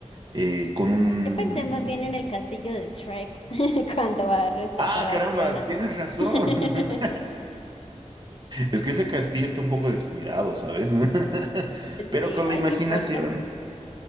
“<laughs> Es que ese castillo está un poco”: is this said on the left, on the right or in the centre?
Right